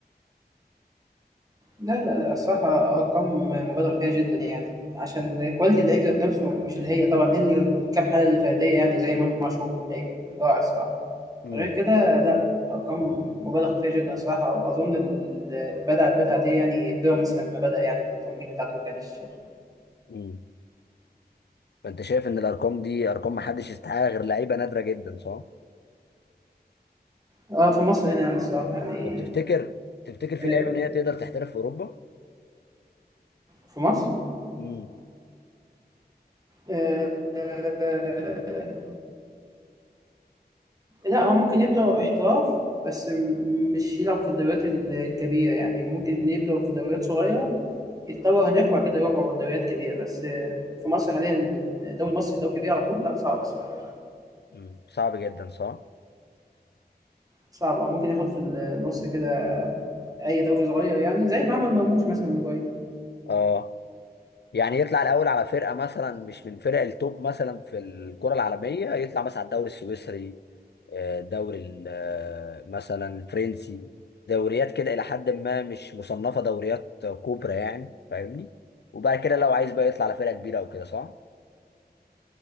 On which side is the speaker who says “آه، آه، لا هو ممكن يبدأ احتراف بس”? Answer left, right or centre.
Right